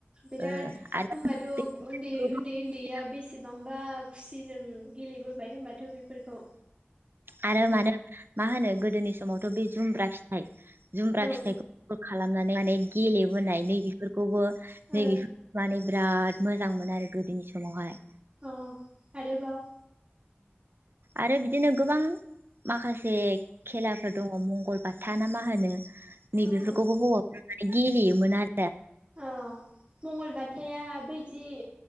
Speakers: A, on the right; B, on the right.
A: बिराद
B: ओ आरो
A: होमबाथ' ओन्दै
B: बे गोबां
A: ओन्दै ओन्दैयाव बेसेबांबा खुसिजों गेलेबोबाय होनोमबाथ' बेफोरखौ
B: आरो मानो मा होनो गोदोनि समावथ' बे जुमब्रा फिथाइ जुमब्रा
A: औ
B: फिथाइखौ खालामनानै माने गेलेबोनाय नै बेेफोरखौबो
A: ओ
B: नै माने बिराद मोजां मोनो आरो गोदोनि समावहाय
A: अ आरोबाव
B: आरो बिदिनो गोबां माखासे खेलाफोर दङ' मंगलबाथा ना मा होनो नैबेफोरखौबो
A: औ औ
B: हौवाफोरा माने गेलेयोमोन आरो
A: औ मंगलबथाया बैदि